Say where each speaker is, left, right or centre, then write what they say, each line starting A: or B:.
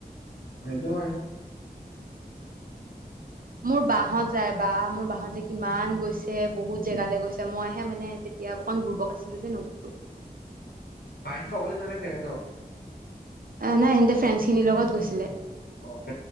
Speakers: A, on the left; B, on the right.
A: সেইতু হয়।
B: মোৰ বাহত যায় বা মোৰ বাহত যে কিমান গৈছে বহুত জেগালৈ গৈছে মইহে মানে এয়া অকণুৰ্ব আছিলো যে ন উ
A: আহছ অকলে যোৱা নাই চাগে ন।
B: অ নাইেনেতে ফ্ৰেণ্ড খিনিৰ লগত গৈছিলে
A: অ ফ